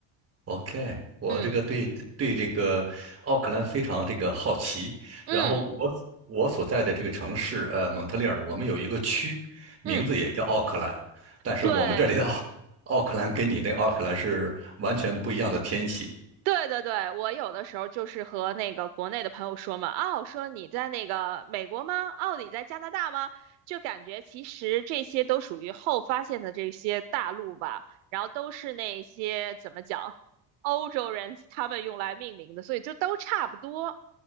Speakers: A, on the right; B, on the right.
A: OK，我这个对对这个奥克兰非常这个好奇。
B: 嗯嗯
A: 然后我所我所在的这个城市，呃，蒙特利尔，我们有一个区，名字也叫奥克兰，
B: 嗯，
A: 但是我们这里的奥
B: 对，
A: <laughs> 奥克兰跟你那奥克兰是完全不一样的天气。
B: 对对对，我有的时候就是和那个国内的朋友说嘛，哦，说你在那个美国吗？哦，你在加拿大吗？就感觉其实这些都属于后发现的这些大陆吧，然后都是那些怎么讲，欧洲人他们用来命名的，所以就都差不多。